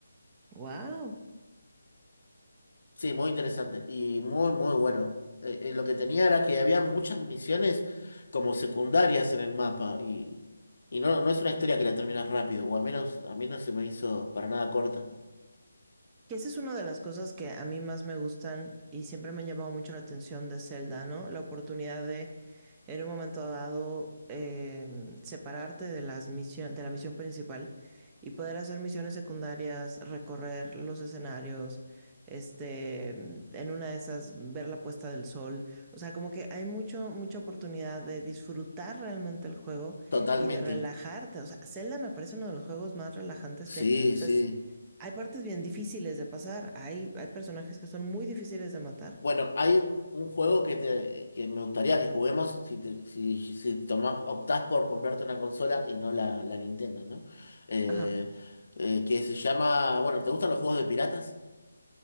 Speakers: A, on the right; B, on the left.
A: Wow.
B: Sí, muy interesante y muy, muy bueno. Eh, eh, lo que tenía era que había muchas misiones como secundarias en el mapa y, y no, no es una historia que la terminas rápido, o al menos a mí no se me hizo para nada corta.
A: Que esa es una de las cosas que a mí más me gustan y siempre me han llamado mucho la atención de Zelda, ¿no? La oportunidad de, en un momento dado, em, separarte de las misión, de la misión principal y poder hacer misiones secundarias, recorrer los escenarios, este, em, en una de esas, ver la puesta del sol. O sea, como que hay mucho, mucha oportunidad de disfrutar realmente el juego
B: Totalmente.
A: y de relajarte. O sea, Zelda me parece uno de los juegos más relajantes
B: Sí,
A: que hay. O
B: sí.
A: sea, hay partes bien difíciles de pasar, hay, hay personajes que son muy difíciles de matar.
B: Bueno, hay un un juego que, te, que me gustaría que juguemos si, te- si, si tomás- optás por comprarte una consola y no la, la Nintendo, ¿no? Eh,
A: Ajá.
B: eh, que se llama, bueno, ¿te gustan los juegos de piratas?